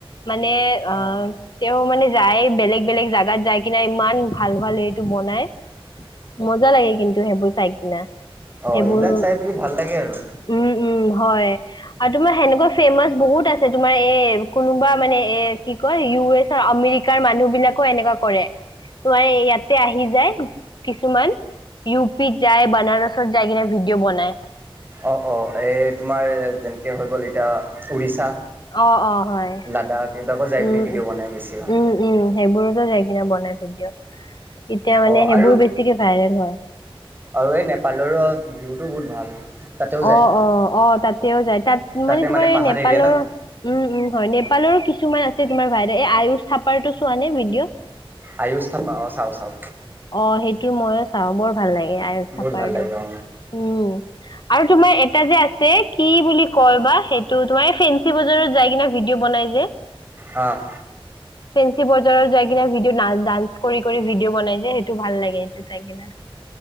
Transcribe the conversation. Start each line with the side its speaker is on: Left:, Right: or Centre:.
Left: মানে
Right: অ
Left: অঁ তেওঁ মানে যায় বেলেগ বেলেগ জাগাত যাই কিনে ইমান ভাল ভাল এইটো বনাই মজা লাগে কিন্তু সেইবোৰ চাই কিনা
Right: অ
Left: সেইবোৰ
Right: এইবিলাক চাই পেলি ভাল লাগে আৰু
Left: উম উম হয়। আৰু তোমাৰ সেনেকুৱা ফেমাচ বহুত আছে তোমাৰ এ কোনোবা মানে এ। কি কয় ইউ এছৰ আমেৰিকাৰ মানুহ বিলাকো এনেকুৱা কৰে। তোমাৰ ইয়াতে আহি যায় কিছুমান। ইউ পি যায় বানাৰসত যায় কিনে ভিডিঅ' বনাই।
Right: অঁ অঁ এই তোমাৰ যেনেকে হৈ গ'ল এতিয়া উৰিষ্যা।
Left: অঁ অঁ হয়।
Right: লাডাখ এইবিলাকত যাই পিনি
Left: উম
Right: ভিডিঅ' বনাই বেছি ভাল
Left: উ উম উম সেইবোৰতো যাই কিনা বনাই ভিডিঅ'। তেতিয়া মানে
Right: অ
Left: সেইবোৰ
Right: আৰু
Left: বেছিকে ভাইৰেল হয়।
Right: আৰু এই নেপালৰো ভিউটো বহুত ভাল তাতেও যায়
Left: অ অ অ তাতেও যায় তাত
Right: তাতে
Left: মানে তোমাৰ এই
Right: পাহাৰ
Left: নেপালৰ
Right: এৰিয়া না
Left: উম উম হয় নেপালৰ। কিছুমান আছে তোমাৰ ভাহত এই আয়ুস থাপাৰটো চোৱা নে ভিডিঅ'। <unintelligible>
Right: আয়ুস থাপা অ চাও চাও।
Left: অ সেইটো মইো চাওঁ বৰ ভাল লাগে আয়ুস
Right: বহুত
Left: থাপাৰটো।
Right: ভাল লাগে অ
Left: উম আৰু তোমাৰ এটা যে আছে কি বুলি কয় বা সেই। তো তোমাৰ এই ফেঞ্চি বজাৰত যাই কিনা ভিডিঅ' বনাই যে।
Right: আঁহ।
Left: ফেঞ্চি বজাৰত যাই কিনে ভিডিঅ ডান্স কৰি কৰি ভিডিঅ' বনাই। যে সেইটো ভাল লাগে সেইটো চাই কিনাৰ।